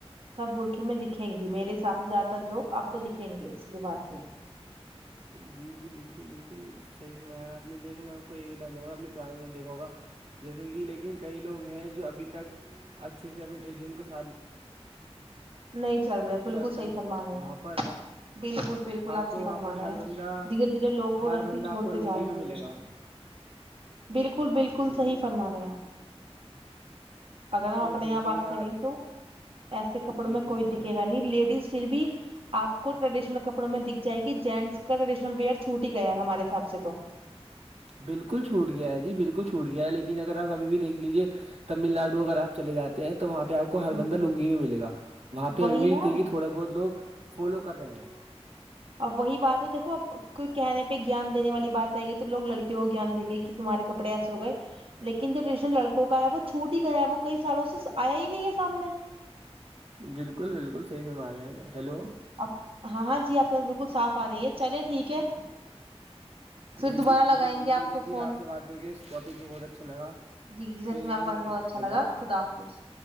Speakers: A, on the right; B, on the right.
A: سب برقے میں دکھیں گی میرے حساب سے زیاد تر لوگ آپ کو دکھیں گے اس لباس میں
B: جی جی بالکل بالکل صحی پ میں اپ دیکھو میں کوئی بتانا چاوں گا اپنے پرانے دیکھو گا جیسے کہ لیکن کئی لوگ ہیں جو ابھی تک اچھے سے اپنی ٹینشن کو ساتھ لے
A: نہیں چل رہاے
B: جیسے
A: بالکل
B: آپ
A: صح فرما رہے
B: وہاں
A: ہیں آپ
B: پر
A: بالکل بالکل آپ
B: کو
A: صحیح
B: وہاں
A: فرما
B: پر
A: رہے
B: ہر
A: ہیں
B: بندہ
A: دھیرے دھیرے لوگ وہ
B: ہر
A: ری
B: بندہ آپ
A: چھوڑتے
B: کو لنگی
A: جا رہےےش
B: میں ملے گا
A: بالکل بالکل
B: جی
A: صحیح
B: جی
A: فرما رہے ہیں آپ اگر ہم اپنے
B: دیکھیے
A: یہاں بات
B: آپ
A: کریں تو ایسے کپڑوں
B: جی
A: میں
B: جی
A: کوئی
B: فرمائیں
A: دکھے گا نہیں لیڈیز پھر بھی آپ کو ٹریڈیشنل کپڑوں میں دکھ جائے گی جینٹس کا ٹریڈیشنل ویئر چھوٹ ہی گیا ہے ہمارے حساب سے تو
B: بالکل چھوٹ گیا ہے جی بالکل چھوٹ گیا ہے لیکن اگر آپ ابھی بھی دیکھ لیجیے تمل نڈو اگر آپ چے جے ہیں تو وہاں پہ آپ کو ہر
A: ہوں
B: بندہ لنگی میں ملےا وہاں پہ
A: وہی
B: ابھی
A: نا
B: بھیے تھوڑے بہت لوگ فالو کر رہے ہیں
A: اب وہی بات ہے دیکو اب کوئی کہنے پہ گیان دینے والی بات آئے گی تو لوگ لڑکوں کو ج گیان دیں گے کہ تمہارے کپڑے ایسے ہو گئے لیکن جو ٹیشن لڑکوں کا ہے وہ چھوٹ ہی گیا ہے وہ کئی سالوں سے آیا ہی نہیں ہے سامنے
B: بالکل بالکل صحیح فرما رہے ہیں ہیلو
A: اب ہاں ہاں جی آپ کے پاس بالکل صاف آ رہی ہے چلے ٹھیک ہے پھر
B: جی
A: دوبارہ
B: جی بالکل
A: لگائیں
B: بالکل
A: گے
B: دیکھیے
A: کو فون
B: آپ سے بات کر کے اس ٹاپک میں بہت اچھا لگا
A: جی جی سچ
B: پ
A: میں آپ کا بہت اچھا
B: ہیلو
A: لگا خدا حافظ